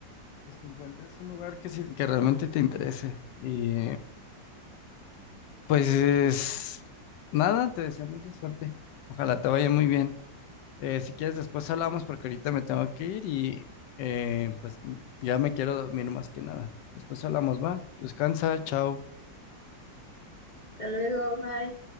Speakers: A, on the left; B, on the left.
A: pues que encuentres un lugar que sí, que realmente te interese. Y pues nada, te deseo mucha suerte. Ojalá te vaya muy bien. Eh, si quieres, después hablamos porque ahorita me tengo que ir y eh, pues ya me quiero dormir más que nada. Después hablamos, va. Descansa, chao.
B: Hasta luego, bye.